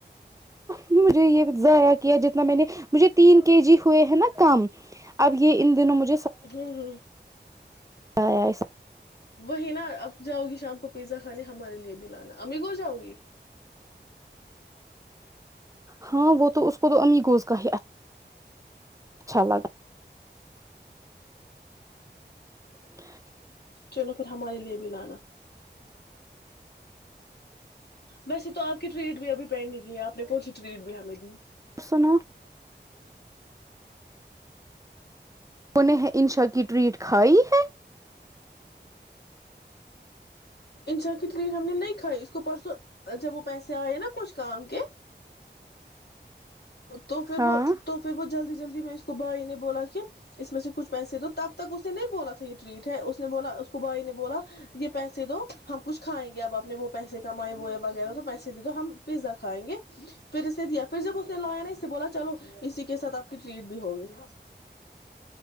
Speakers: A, on the right; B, on the left.
A: مجھے یہ ضائع کیا جتنا میں نے مجھے تین کے جی ہوئے ہیں نا کم اب یہ ان دنوں مجھے
B: ہوں ہوں
A: آئےس
B: وہی نا اب جاؤ گی شام کو پیزا کھانے ہمارے لیے بھی لانا امگو جاؤ گی
A: ہاں وہ تو اس کو تو امی کوز کا ہی اچھا لگا ج <inaudible>
B: چلو پھر ہمارے لیے بھی لانا ویسے تو آپ کی ٹریٹ میں اب پینڈ نہیں کی ہے آپ نے کونی ٹریٹ بھی ہمیں دی <unintelligible> جی <inaudible>
A: پرسنا <unintelligible> ان نے انشا کی ٹریٹ کھائی ہے
B: انسا کی ٹریٹ ہم نے نہیں کھائی اس کو پرسوں جب وہ پیسے آئے نا کچھ کام کے تو پھر
A: ہاں
B: وہ تو پھر وہ جلدی جلدی میں اس کو بھائی نے بولا کہ اس میں سے کچھ پیسے تو تب تک اس نے نہیں بولا تھا یہ ٹریٹ ہے اس نے بولا اس کو بھائی نے <unintelligible> بولا یہ پیسے دو ہم کچھ کھائیں گے اب اپنے وہ پیسے کمائے وہ وغیرہ تو پیسے دے دو ہم پیزا کھائیں گے پھر اسے دیا پھر جب اس نے لایا نا اسے بولا چلو اسی کے ساتھ آپ کی ٹریٹ بھی ہوگی <unintelligible>